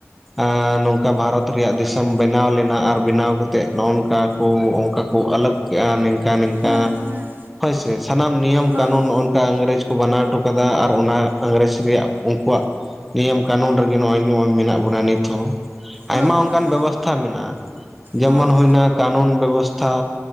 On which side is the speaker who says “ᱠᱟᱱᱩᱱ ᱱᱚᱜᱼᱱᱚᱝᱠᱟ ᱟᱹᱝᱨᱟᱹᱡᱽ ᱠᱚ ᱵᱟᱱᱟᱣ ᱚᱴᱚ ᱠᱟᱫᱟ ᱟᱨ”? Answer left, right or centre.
Centre